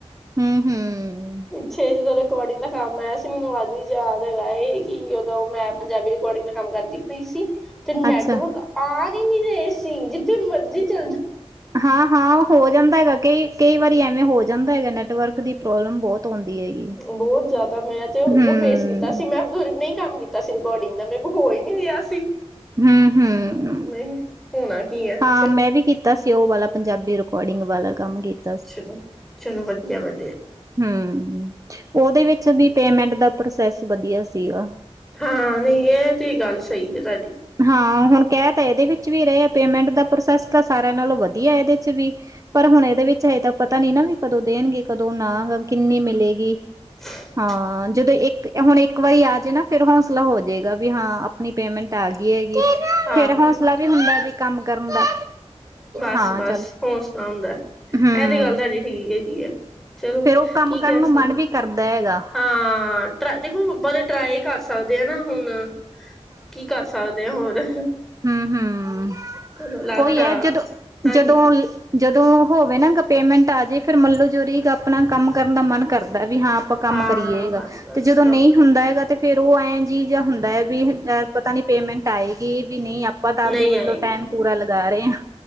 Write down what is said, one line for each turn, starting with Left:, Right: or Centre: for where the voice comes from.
Right: ਹੂੰ ਹੂੰ
Centre: ਪਿੱਛੇ ਜਦੋਂ ਰਿਕੋਡਿੰਗ ਦਾ ਕੰਮ ਆਯਾ ਸੀ, ਮੈਨੂੰ ਅੱਜ ਵੀ ਯਾਦ ਹੈਗਾ ਏ ਕਿ ਔਦੋਂ ਮੈਂ ਪੰਜਾਬੀ ਰਿਕੋਡਿੰਗ ਦਾ ਕੰਮ ਕਰਦੀ ਪਈ ਸੀ ਤੇ ਨੈਟਵਰਕ
Right: ਅੱਛਾ
Centre: ਆ ਨੀ ਨੀ ਰਹੇ ਸੀ, ਜਿਧਰ ਮਰਜ਼ੀ ਚਲੇ ਜਾਓ।
Right: ਹਾਂ-ਹਾਂ, ਓਹ ਹੋ ਜਾਂਦਾ ਹੈਗਾ। ਕਈ-ਕਈ ਵਾਰੀ ਐਵੇਂ ਹੋ ਜਾਂਦਾ ਹੈਗਾ ਨੈਟਵਰਕ। ਦੀ ਪ੍ਰੋਬਲਮ ਬਹੁਤ ਆਉਂਦੀ ਹੈਗੀ।
Centre: ਬੋਤ ਜਿਆਦਾ ਮੈਂ ਤੇ ਉਦੋਂ
Right: ਹੂੰ
Centre: ਫੇਸ ਕੀਤਾ ਸੀ ਮੈਂ ਉਧੇ ਹੀ ਨਹੀਂ। ਕੰਮ ਕੀਤਾ ਸੀ ਰਿਕੋਰਡਿੰਗ ਦਾ ਮੇਰੇ ਕੋ ਹੋ ਈ ਨੀ ਰਿਆ ਸੀ।
Right: ਹੂੰ ਹੂੰ,
Centre: ਨਹੀਂ ਹੋਣਾ ਕੀ ਹੈ
Right: ਹਾਂ
Centre: ਚਲੋ
Right: ਮੈਂ ਵੀ ਕੀਤ ਕੀਤਾ ਸੀ, ਓਹ ਵਾਲਾ ਪੰਜਾਬੀ ਰਿਕੋਂਰਡਿੰਗ ਵਾਲਾ ਕੰਮ ਕੀਤ
Centre: ਚਲੋ ਚਲੋ, ਵਧੀਅ ਯੈ ਵਧੀਐ।
Right: ਹੂੰ ਉਹਦੇ ਵਿੱਚ ਵੀ ਪੇਮੈਂਟ ਦਾ ਪ੍ਰੋਸੈਸ ਵਧੀਆ ਸੀਗਾ।
Centre: ਹਾਂ ਨਹੀਂ ਇਹ ਤੇ ਗੱਲ ਸਹੀ ਹੈ ਤੁਹਾਡੀ।
Right: ਹਾਂ ਹੁਣ ਕਹਿ ਤਾਂ ਇਹਦੇ ਵਿੱਚ ਵੀ ਰਹੇ ਆ ਪੇਮੈਂਟ ਦਾ ਪ੍ਰੋਸੈਸ ਤਾਂ ਸਾਰਿਆਂ ਨਾਲੋਂ ਵਧੀਆ ਇਹਦੇ ਚ ਵੀ। ਪਰ ਹੁਣ ਇਹਦੇ ਵਿੱਚ ਹਜੇ ਤਾਂ ਪਤਾ ਨਹੀਂ ਨਾ ਵੀ ਕਦੋਂ ਦੇਣਗੇ ਕਦੋਂ ਨਾ ਗ ਕਿੰਨੀ ਮਿਲੇਗੀ।
Centre: ਹ।
Right: ਹਾਂ ਜਦੋਂ ਇੱਕ ਹੁਣ ਇੱਕ ਵਾਰੀ ਆ ਜਾੇ ਨਾ ਫਿਰ ਹੌਸਲਾ ਹੋ ਜਾਏਗਾ ਵੀ ਹਾਂ ਆਪਣੀ ਪੇਮੈਂਟ। ਗਈ ਹੈਗੀ
Centre: ਆਗੇ
Right: ਫੇਿਰ ਹੌਸਲਾ ਵੀ ਹੁੰਦਾ ਵੀ ਕੰਮ ਕਰਨ ਦਾ।
Centre: ਬਸ
Right: ਹਾਂ
Centre: ਬਸ
Right: ਚੱਲ
Centre: ਹੋਰ ਸੁਣਾ ਹੁੰਦਾ
Right: ਹਮ
Centre: ਇਹ ਤੇ ਗੱਲ ਤੁਹਾਡੀ ਠੀਕ ਹੈਗੀ ਆ ਚਲੋ
Right: ਫੇਰ ਉਹ ਕੰਮ
Centre: ਕੀ
Right: ਕਰਨ
Centre: ਕਹਿ
Right: ਨੂੰ
Centre: ਸਕਦੇ।
Right: ਮਨ ਵੀ ਕਰਦਾ ਹੈਗਾ
Centre: ਹਾਂ ਟ ਦੇਖੋ ਤੇ ਟ੍ਰਾਈ ਕਰ ਸਕਦੇ ਆ ਨਾ ਹੁਣ। ਕੀ ਕਰ ਸਕਦੇ ਹਾ, ਹੋਰ?
Right: ਹੂੰ ਹੂੰ,
Centre: ਚਲੋ ਲੱਗਦਾ
Right: ਓਈ
Centre: ਤੁਹਾਡਾ
Right: ਹੈ ਜਦ
Centre: ਹਾਂਜੀ
Right: ਜਦੋਂ ਜਦੋਂ ਔ ਹੋਵੇ ਨਾ ਗ ਪੇਮੈਂਟ ਆ ਜੇ ਫੇਰ ਮੰਲੋ ਜੋਰੀ ਚ ਅਪਣਾ ਕੰਮ ਕਰਨ ਦਾ ਮਨ ਕਰ ਹੰਦਾ ਵੀ ਹਾਂ ਅਪਾਂ ਕੰਮ
Centre: ਹਾਂ
Right: ਕਰੀਏਗਾ
Centre: ਬਸ ਬਸ
Right: ਤੇ ਜਦੋਂ
Centre: ਕੰਮ
Right: ਨਹੀਂ
Centre: ਕਰ
Right: ਹੁੰਦਾ ਹੈਗਾ ਤੇ ਫੇਰ ਉਹ ਐਂ ਜੀ ਜਹਾ ਹੁੰਦਾ ਐ। ਵੀ ਪਤਾ ਨੀ ਪੇਮੈਂਟ ਆਏਗੀ ਵੀ ਨਹੀਂ। ਆਪਾਂ ਤਾਂ ਆਪਦੇ
Centre: ਨਹੀਂ
Right: ਵੱਲੋਂ
Centre: ਆਏਗੀ
Right: ਟਾਈਮ ਪੂਰਾ ਲਗਾ ਰਹੇ ਹਾਂ।